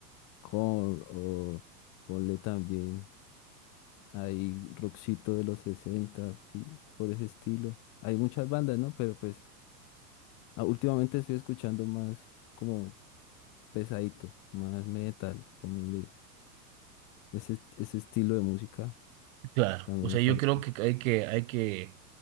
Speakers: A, on the left; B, on the right.
A: Korn o ponle también ahí rockcito de los 60, sí, por ese estilo. Hay muchas bandas, ¿no? Pero pues ah, últimamente estoy escuchando más como pesadito, más metal, como le- ese, ese estilo de música,
B: Claro,
A: a mí
B: o sea,
A: me parece.
B: yo creo que hay que, hay que,